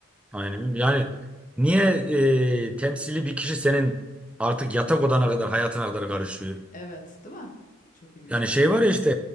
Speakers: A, in the centre; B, on the left.
A: aynen. Yani niye e, temsili bir kişi senin artık yatak odana kadar hayatına kadar karışıyor?
B: Evet, değil mi? Çok ilginç.
A: Yani şey var ya işte